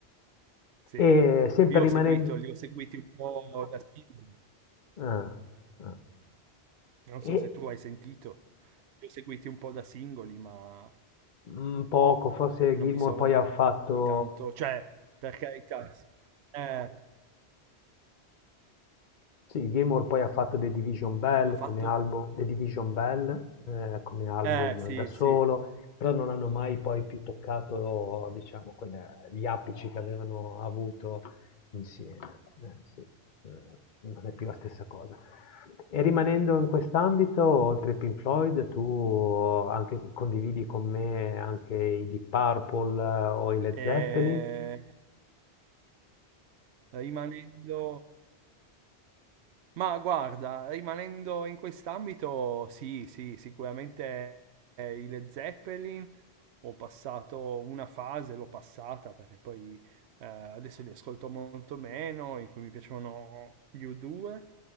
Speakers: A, on the right; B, on the left.
A: sì.
B: E sempre
A: Io ho
B: rimanendo,
A: seguito, li ho seguiti un po' da singoli.
B: Ah, ah.
A: Non
B: E,
A: so se tu hai sentito. Li ho seguiti un po' da singoli, ma
B: mhmm, poco, forse
A: non
B: Gilmour
A: mi sono
B: poi
A: mai
B: ha fatto
A: tanto, cioè, per carità, sì. eh,
B: Sì, Gilmour poi ha fatto The Division Bell
A: ha fatto?
B: come albo- The Division Bell, eh, come album
A: Eh, sì,
B: da solo,
A: sì.
B: però non hanno mai poi più toccato, diciamo, quelle- gli apici che avevano avuto insieme. Eh, sì, eh, non è più la stessa cosa. E rimanendo in quest'ambito, oltre ai Pink Floyd, tu anche- condividi con me anche i Deep Purple eh, o i Led
A: Eh,
B: Zeppelin?
A: rimanendo, Ma guarda, rimanendo in quest'ambito, sì, sì, sicuramente eh, i Led Zeppelin ho passato una fase, l'ho passata perché poi eh, adesso li ascolto molto meno, in cui mi piacevano gli U2